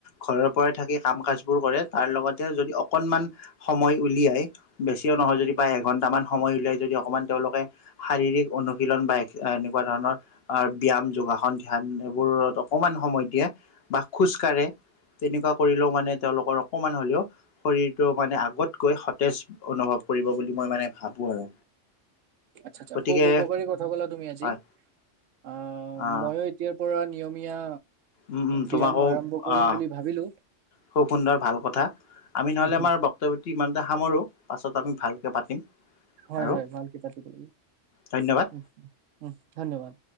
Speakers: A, on the left (about 60°); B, on the right (about 80°).
A: ঘৰৰ পৰাই থাকি কাম কাজবোৰ কৰে তাৰ লগতে যদি অকনমান সময় উলিয়াই বেছিও নহয় যদি বা এঘন্টামান সময় উলিয়াই যদি অকনমান তেওঁলোকে শাৰীৰিক অনুশীলন বা এনেকুৱা ধৰণৰ আহ ব্যয়াম যোগা। ধ্যান এইবোৰত অকমান সময় দিয়ে বা খোজ কাঢ়ে তেনেকুৱা কৰিলেও মানে তেওঁলোকৰ অকমান হ'লেও শৰীৰটো মানে আগতকৈ সতেজ অনুভৱ কৰিব বুলি মই মানে ভাবো আৰু।
B: আচ্ছা আচ্ছা
A: গতিকে
B: খুব উপকাৰী কথা ক'লা তুমি আজি
A: হয়
B: আ
A: আহ
B: মইো। এতিয়াৰ পৰা নিয়মীয়া।
A: উম উম
B: ব্যায়াম
A: তোমাকো
B: আৰম্ভ কৰিম
A: আহ
B: বুলি ভাবিলো।
A: খুব সুন্দৰ ভাল কথা। আমি নহ'লে
B: হা হা
A: আমাৰ বক্তব্যটো। ইমানতেটা সামৰো পাছত আমি ভালকে পাতিম।
B: হয়,
A: আৰু
B: হয় ভাল পিতা পিতি
A: ধন্যবাদ।
B: উ উম ধন্যবাদ।